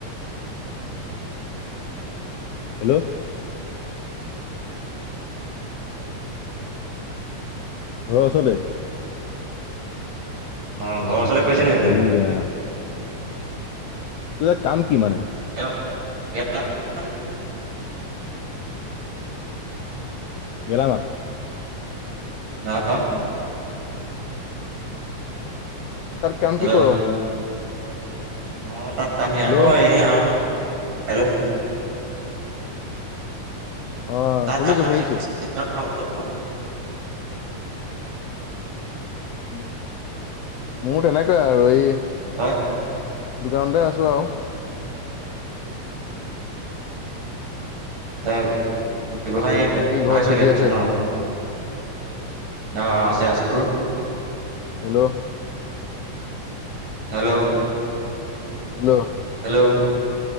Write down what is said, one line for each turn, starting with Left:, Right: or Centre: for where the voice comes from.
Left: হেল্ল', ঘৰ ওচতে?
Right: অ ঘৰৰ ওচৰতে কৈছা নেকি
Left: হেৰি
Right: তই?
Left: আ, তোৰ ইয়াত কাম কি মানে?
Right: গ <unintelligible>
Left: গেলামাল?
Right: ন <unintelligible>
Left: তাত কাম
Right: হেল্ল'
Left: কি কৰ?
Right: মই তাত কাম সেয়া
Left: হেল্ল'
Right: কৰো এনে আৰু। হেল্ল',
Left: অঁ
Right: তাৰ
Left: শুনিছোঁ
Right: কাৰণে
Left: শুনিছোঁ
Right: <unintelligible>
Left: উ মোৰ তেনেকুৱাই আৰু এই,
Right: তই
Left: দোকানতে আছো আৰু।
Right: এ ব্যৱসায়
Left: বাকী
Right: ভালে
Left: ঘৰত
Right: চলি
Left: ঠিকেই
Right: আছে ন? অহ অ আছে আছে। তোৰ?
Left: হেল্ল',
Right: হেল্ল',
Left: হেল্ল',
Right: হেল্ল'